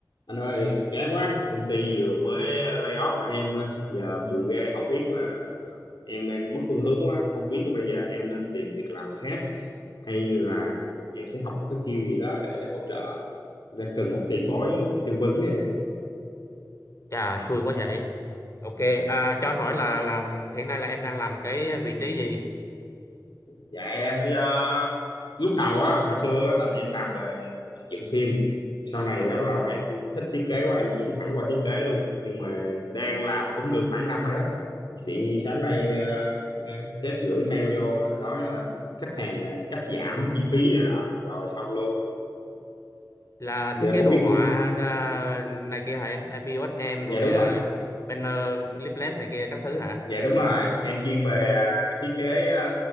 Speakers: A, on the left; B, on the left.
A: Anh ơi, chán quá, công ty vừa mới ờ, lay off và em giờ buồn ghê, không biết là em đang mất phương hướng quá, không biết bây giờ em nên tìm việc làm khác hay là em sẽ học một cái skill gì đó để hỗ trợ, đã cần một tiền bối tư vấn đây nè.
B: Chà, xui quá vậy. Ok, à, cho anh hỏi là làm hiện nay là em đang làm cái vị trí gì?
A: Dạ em bây giờ lúc đầu á hồi xưa á, là em làm về dựng phim sau này á bắt đầu em thích thiết kế quá em chuyển hẳn qua thiết kế luôn nhưng mà đang làm cũng được khoảng năm rồi đó chị sáng nay ờ, ờ, sếp gửi mail vô là nói là khách hàng ờ, cắt giảm chi phí này nọ rồi xong luôn
B: Là
A: giờ
B: thiết kế
A: không
B: đồ
A: biết
B: họa
A: ừ, ừ,
B: đa, này kia hả em? À, POS em
A: dạ
B: rồi
A: đúng
B: à,
A: rồi
B: banner, leaflet này kia các thứ hả?
A: dạ đúng rồi em chuyên về à, thiết kế à,